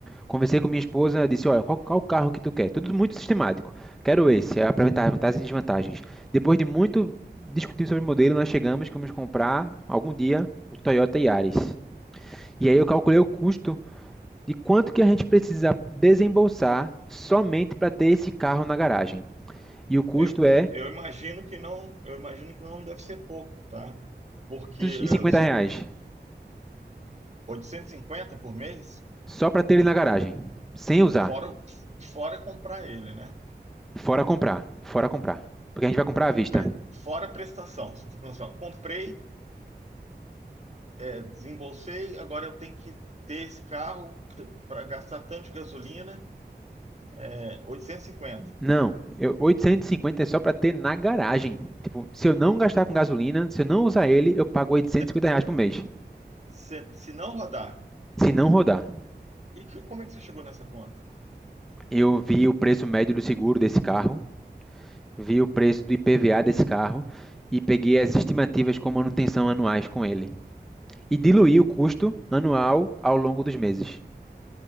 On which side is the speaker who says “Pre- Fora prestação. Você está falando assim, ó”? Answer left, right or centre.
Right